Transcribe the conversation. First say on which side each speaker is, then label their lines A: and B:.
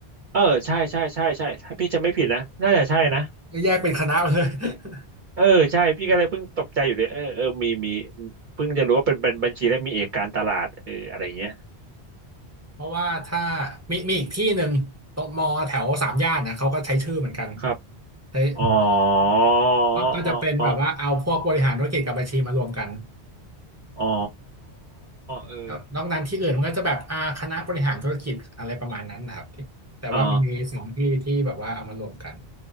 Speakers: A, on the right; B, on the right.
A: เออใช่ใช่ใช่ใช่ถ้าพี่จะไม่ผิดนะน่าจะใช่นะ
B: ก็แยกเป็นคณะไปเลย <laughs>
A: เออใช่พี่ก็เลยเพิ่งตกใจอยู่เลยเออเออมีมีเพิ่งจะรู้ว่าเป็นบัญบัญชีและมีเอกการตลาดเอออะไรเงี้ย
B: เพราะว่าถ้ามีมีอีกที่หนึ่งตรงมอแถวสามย่านนะเขาก็ใช้ชื่อเหมือนกัน
A: ครับ
B: ใช้
A: อ๋ออ๋ออ๋อ
B: ก็ก็จะเป็นแบบว่าเอาพวกบริหารธุรกิจกับบัญชีมารวมกัน
A: อ๋อเออ
B: ครนอกนั้นที่อื่นมันก็จะแบบอ่าคณะบริหารธุรกิจอะไรประมาณนั้นนะครับที่แต่ว่ามันมีสองที่ที่แบบว่าเอามารวมกัน
A: อ๋อ